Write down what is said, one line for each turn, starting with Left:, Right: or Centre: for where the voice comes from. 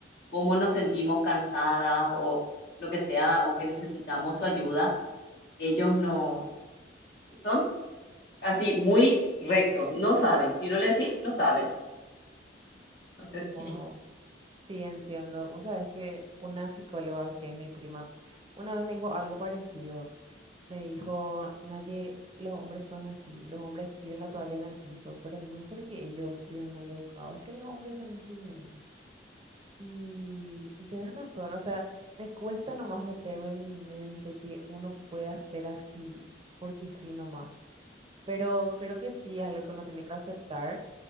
Left: cómo nos sentimos cansadas o lo que sea, o que necesitamos su ayuda, ellos no son así muy rectos, no saben. Si no le decís, no saben. <laughs> No sé
Right: Wow,
Left: si.
Right: sí, entiendo. Vos sabés que una psicóloga, que es mi prima, una vez me dijo algo parecido. Me dijo, Naye, los hombres son así, los hombres tiran la toalla en el piso, pero no porque ellos sean maleducados, es que los hombres son así, me dijo. Y, y tenés razón, o sea, me cuesta nomás meterme en mi mente que uno pueda ser así, porque sí nomás. Pero creo que sí es algo que uno tiene que aceptar